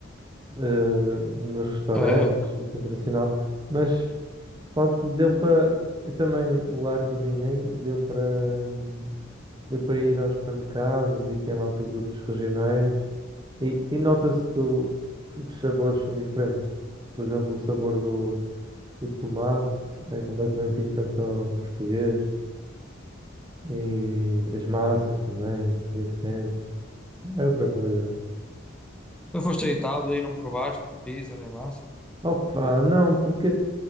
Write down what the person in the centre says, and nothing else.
Ah, é?
Tu foste à Itália e não provaste pizza nem massa?